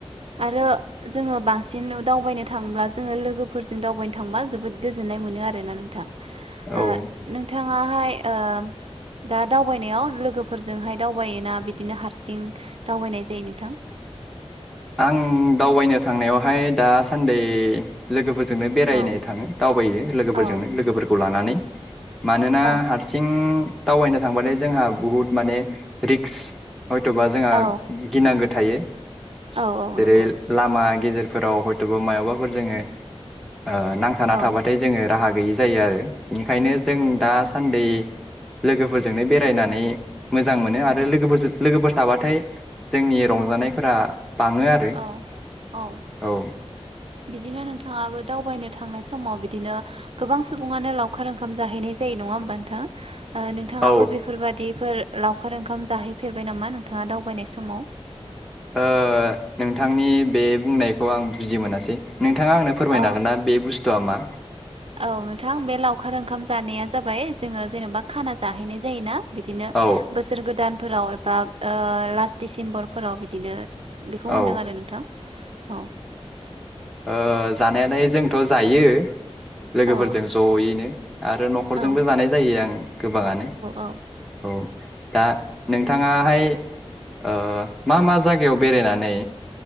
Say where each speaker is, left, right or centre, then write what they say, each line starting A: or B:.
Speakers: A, on the right (about 60°); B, in the centre.
A: आरो जोङो बांसिन दावबायनो थांब्ला जोङो लोगोफोरजों दावबायनो थांबा जोबोद गोजोननाय मोनो आरोना नोंथां ओ
B: औ
A: नोंथाहाय ओ दा दावबायनायाव लोगोफोरजोंहाय दावबायोना बिदिनो हारसिं दावबायनाय जायो नोंथां?
B: आं दावबायनो थांनायावहाय दासान्दि लोगोफोर जोंनो बेरायनो
A: औ
B: थाङो दावबायो लोगोफोरजोंनो
A: औ
B: लोगोफोरखौ लानानै मानोना
A: औ
B: हारसिं दावबायनो थांबालाय जोंहा बुहुद माने रिक्स हयथ'बा जोंहा
A: औ
B: गिनांगौ थायो।
A: औ
B: जेरै
A: नंगौ
B: लामा गेजेरफोराव हयथ'बा मायावबाफोर जोङो ओ नांथाना
A: औ
B: थाबाथाय जोङो राहा गैयै जायो आरो इनिखायनो जों दासान्दि
A: नंगौ
B: लोगोफोरजोंनो बेरायनानै मोजां मोनो आरो लोगोफोरजों लोगोफोर थाबाथाय जोंनि रंजानायफोरा बाङो आरो
A: औ औ ओ
B: औ
A: बिदिनो नोंथाङाबो दावबायनो थांनाय समाव बिदिनो गोबां सुबुङानो लावखार ओंखाम जाहैनाय जायो। नङा होनबा नोंथां ओ नोंथांआबो
B: औ
A: बेफोर बादि बेफोर लावखार ओंखाम जाहैफेरबाय नामा नोंथाङा दावबायनाय समाव?
B: ओ नोंथांनि बे बुंनायखौ आं बुजि मोनासै नोंथाङा आंनो फोरमायनो
A: औ
B: हागोन ना बे बुस्थुआ मा?
A: औ नोंथां बे लावखार ओंखाम जानाया जाबाय जोङो जेनेबा खाना जाहैनाय जायोना बिदिनो
B: औ
A: बोसोर गोदानफोराव एबा ओ लास्ट डिसेम्बरफोराव बिदिनो बेखौ
B: औ
A: होनदों आरो नोंथां औ।
B: ओ जानायालाय जोंथ' जायो। लोगोफोरजों
A: औ
B: ज'यैनो आरो न'खरजोंबो
A: औ
B: जानाय जायो आं गोबाङानो।
A: औ
B: औ दा नोंथाङाहाय ओ मा मा जायगायाव बेरायनानै